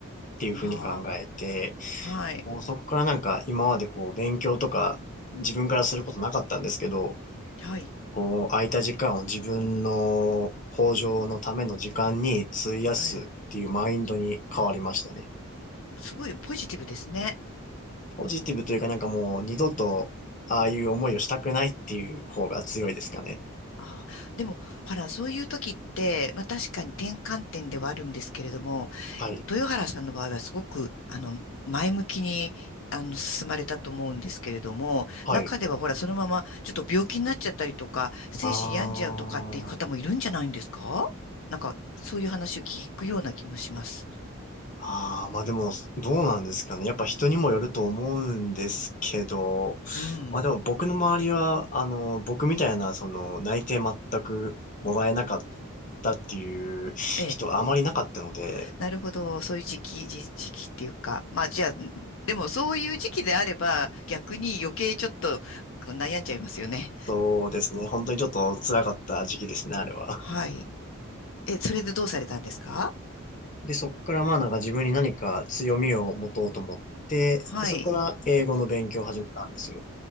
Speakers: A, on the left; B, on the left.
A: ていうふうに考えて、
B: ああ、はい。
A: こう、そこからなんか今までこう勉強とか自分からすることなかったんですけど、
B: はい。
A: こう空いた時間を自分の向上のための時間に費やすっていうマインドに変わりましたね。
B: ええ。すごいポジティブですね。
A: ポジティブというかなんかもう二度とああいう思いをしたくないっていう方が強いですかね。
B: ああ、でも、ほら、そういう時って、まあ確かに転換点ではあるんですけれども、
A: はい。
B: 豊原さんの場合はすごく、あの、前向きに、あの、進まれたと思うんですけれども、
A: はい。
B: 中ではほら、そのままちょっと病気になっちゃったりとか、精神病んじゃうとかっていう方もいるんじゃないんですかなんか、
A: あー。
B: そういう話を聞くような気もします。
A: ああ、まあでも、どうなんですかね。やっぱ人にもよると思うんですけど、
B: うん。
A: まあでも僕の周りは、あの、僕みたいな、その、内定全くもらえなかったっていう人はあまりなかったので、
B: ええ。なるほど。そういう時期、時、時期っていうか。まあ、じゃあ、でもそういう時期であれば、逆に余計ちょっと悩んじゃいますよね。
A: そうですね。本当にちょっと辛かった時期ですね、あれは。
B: はい。え、それでどうされたんですか
A: で、そこからまあなんか自分に何か強みを持とうと思って、
B: はい。
A: で、そこから英語の勉強を始めたんですよ。